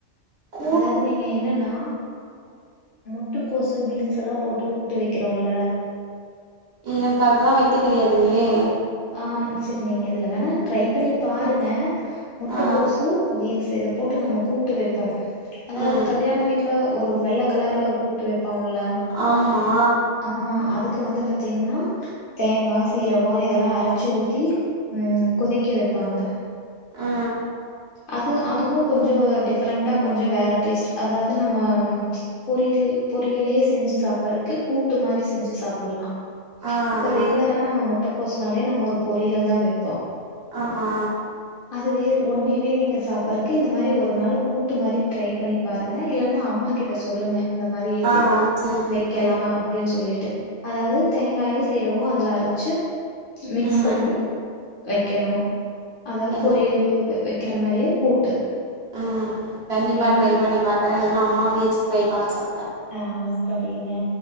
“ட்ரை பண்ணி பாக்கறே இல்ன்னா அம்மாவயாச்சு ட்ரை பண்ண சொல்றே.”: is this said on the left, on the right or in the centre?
Right